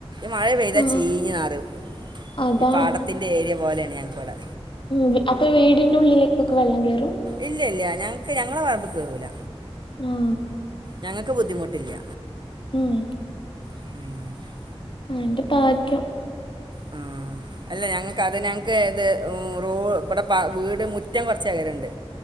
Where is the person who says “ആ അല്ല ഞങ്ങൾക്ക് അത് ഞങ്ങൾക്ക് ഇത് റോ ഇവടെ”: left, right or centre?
Right